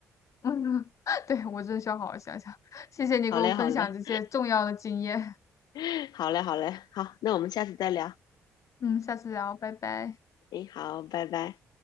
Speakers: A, on the left; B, on the left.
A: 嗯，<laughs> 对，我真的需要好好想想。谢谢你给我分享这些重要的经验。
B: 好嘞，好嘞，<laughs> 好嘞，好嘞，好，那我们下次再聊。
A: 嗯，下次聊，拜拜。
B: 哎，好，拜拜。